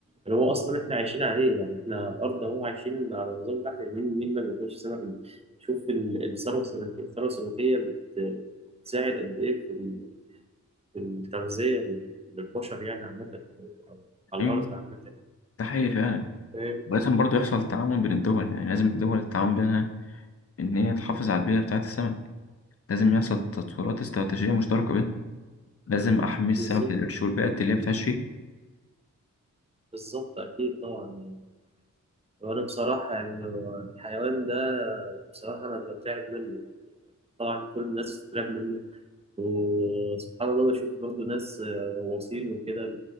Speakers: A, on the right (about 20°); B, on the left (about 45°).
A: اللي هو أصلا إحنا عايشين عليه يعني إحنا أرض أهو عايشين على نظام بحري مين مين ما بياكلش سمك شوف ال- الثروة السمكية الثروة السمكية بت- بتساعد قد إيه في ال- في التغذية للبشر يعني عامة على
B: أيوة،
A: الأرض عامة
B: ده حقيقي فعلا
A: فاهم
B: ولازم برضه يحصل تعاون بين الدول يعني لازم الدول التعاون بينها إن هي تحافظ على البيئة بتاعة السمك لازم يحصل تطويرات استراتيجية مشتركة بينهم لازم أحمي السمك
A: بالظبط
B: القرش والبيئة اللي هي بتعيش فيه
A: بالظبط أكيد طبعا يعني وأنا بصراحة يعني هو الحيوان ده بصراحة أنا بترعب منه طبعا كل الناس بتترعب منه وسبحان الله بشوف برضه ناس آه، غواصين وكده